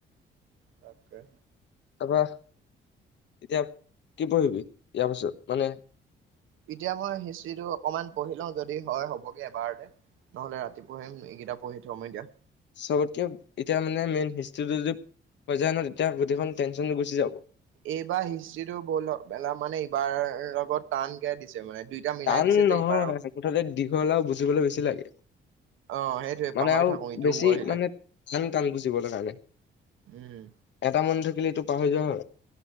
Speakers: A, on the right (about 80°); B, on the left (about 65°).
A: তাকে।
B: তাৰপা, এতিয়া কি পঢ়িবি ইয়াৰ পাছত মানে
A: এতিয়া মই হিষ্টিটো অকমান পঢ়ি লওঁ যদি হয় হ'বগে এবাৰতে। নহলে ৰাতি পঢ়িম। এইকেইটা পঢ়ি থম এতিয়া।
B: চবতকে এতিয়া মানে মেইন হিষ্ট্ৰীটো যদি হৈ যায় নহ তেতিয়া গোটেইখন টেনশনটো গুচি যাব।
A: এইবাৰ হিষ্ট্ৰিটো ব'ল মানে এইবাৰ লগত টান কে দিছে। মানে দুইটা মিলাই
B: টান
A: দিছে যে
B: নহয়
A: এইবাৰো।
B: মুঠতে দীঘল আৰু বুজিবলৈ বেছি লাগে।
A: অ' সেইটোৱে
B: মানে
A: পাহৰি
B: আৰু
A: থাকো ইটোও
B: বেছি
A: পঢ়িলে
B: মানে ইমান টান বুজিবলে কাৰণে।
A: উম
B: এটা মন থাকিলে এইটো পাহৰি যোৱা হয়।